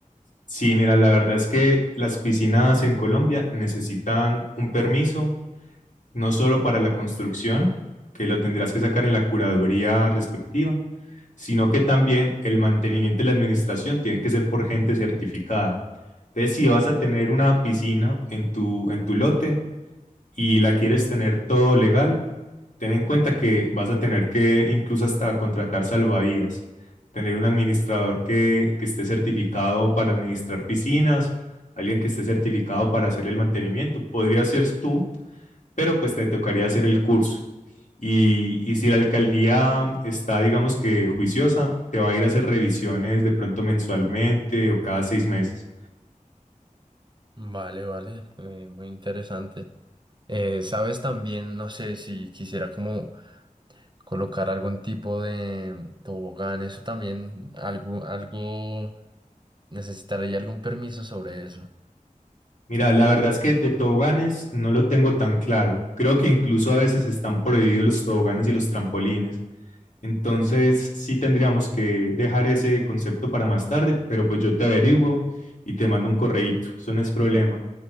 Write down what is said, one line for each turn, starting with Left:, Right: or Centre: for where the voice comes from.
Left: Sí, mira, la verdad es que las piscinas en Colombia necesitan un permiso, no solo para la construcción, que lo tendrás que sacar en la curaduría respectiva, sino que también el mantenimiento y la administración tienen que ser por gente certificada. Entonces, si vas a tener una piscina en tu, en tu lote y la quieres tener todo legal, Ten en cuenta que vas a tener que incluso hasta contratar salvavidas, tener un administrador que, que esté certificado para administrar piscinas, alguien que esté certificado para hacer el mantenimiento. Podría ser tú, pero pues te tocaría hacer el curso. Y, y si la alcaldía está, digamos que juiciosa, te va a ir a hacer revisiones de pronto mensualmente o cada seis meses.
Right: Vale, vale, eh, muy interesante. Eh, sabes también, no sé, si quisiera como colocar algún tipo de tobogán, eso también, algo, algo, necesitaría algún permiso sobre eso.
Left: Mira, la verdad es que de toboganes no lo tengo tan claro. Creo que incluso a veces están prohibidos los toboganes y los trampolines. Entonces, sí tendríamos que dejar ese concepto para más tarde, pero pues yo te averiguo y te mando un correíto, eso no es problema.